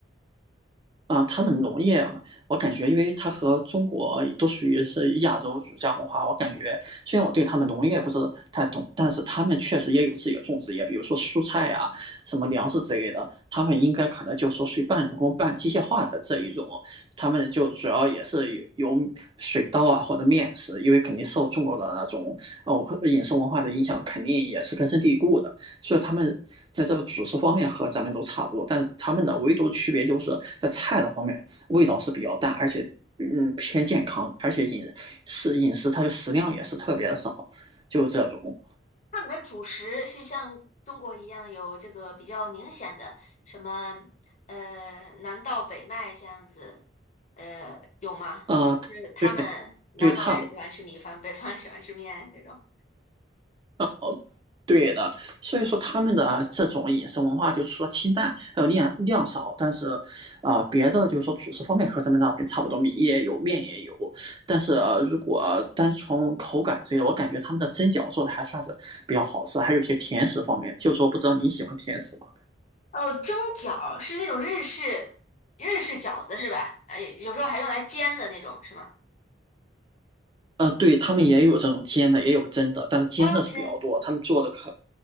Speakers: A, on the right (about 25°); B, on the left (about 40°).
A: 啊、他们农业啊，我感觉，因为它和中国都属于是亚洲儒家文化，我感觉虽然我对他们农业不是太懂，但是他们确实也有自己的种植业，比如说蔬菜呀、什么粮食之类的，他们应该可能就是说属于半人工、半机械化的这一种，他们就主要也是有有水稻啊或者面食，因为肯定受中国的那种哦饮食文化的影响，肯定也是根深蒂固的。所以他们在这个主食方面和咱们都差不多，但是他们的唯独区别就是在菜的方面味道是比较淡，而且嗯偏健康，而且饮食饮食它的食量也是特别的少，就是这种
B: 他们的主食是像中国一样有这个比较明显的什么呃南到北麦这样子，呃有吗？
A: 呃对
B: 就是他们南方人喜欢吃米饭，
A: 对差不
B: 北方人喜欢吃面这种。
A: 多。对的，所以说他们的这种饮食文化，就除了清淡还有量量少，但是，啊、呃别的就是说主食方面和咱们那边差不多，米也有，面也有。但是、呃如果单从口感之类的，我感觉他们的蒸饺做的还算是比较好吃，还有一些甜食方面，就是说不知道你喜欢甜食吗？
B: 哦，蒸饺是那种日式日式饺子是吧？哎，有时候还用来煎的那种是吗
A: 呃，对他们也有这种煎的，也有蒸的，但是煎的是比较多，
B: ？OK，
A: 他们做的可，